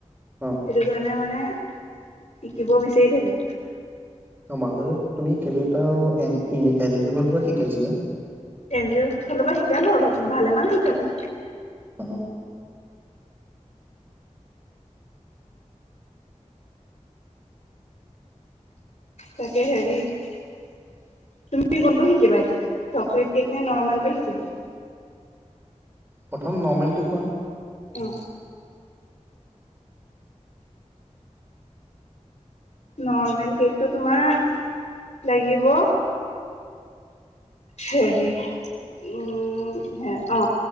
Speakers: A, on the right; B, on the left.
A: অ
B: সেইটো কাৰণে মানে শিকিব বিচাৰি থাকে।
A: মাজতে তুমি এটা এ ফালৰ পৰা শিকাইছিলা।
B: এন যি ঔ ফালৰ পৰা শিকালোঁ অলপ ভালে মান শিকালোঁ।
A: অ,
B: তাকে, হেৰি তুমি কোনটো শিকিবা এতিয়া চকলে কেক নে নৰ্মেলকৈ শিকিবা?
A: প্ৰথম নৰ্মেলটো কোৱা।
B: অ, নৰ্মেল কেকটো তোমাৰ লাগিব হৰি উম, হ অ,